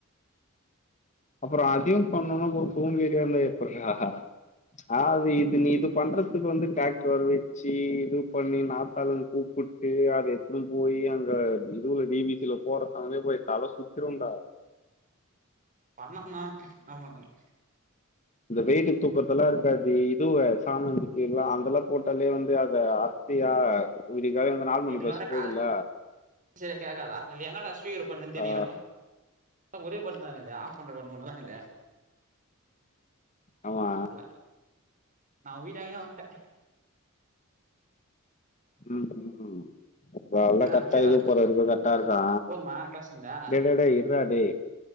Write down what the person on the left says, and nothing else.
அப்புறொ அதையு பண்ணோனா சோம்பேறியாந்தா எப்பிறா ஆ அது இது நீ இது பண்றதுக்கு வந்து டிராக்டர வர வச்சி இது பண்ணி நா த்தாலன் கூப்புட்டு அத துன் போயி அங்க இதுல டி பி சி ல போறதாங்களே போய் தல சுத்திருண்டா
இந்த வெயிட்டு தூக்கறதெல்லா இருக்காது இதுவ சாமாந்தூக்கில்லா அந்தெல்லா போட்டாலே வந்து அத டியா விடிக்காலைல அந்த நாலு மணி
பஸ்
போதுல
ஆ
ஆமா
ம்‌ ஹும் வர்ல
கட்டாயி
போறருக்கு கர்ட்டாருக்கா
டே ‌டே டே இ ர்றா டே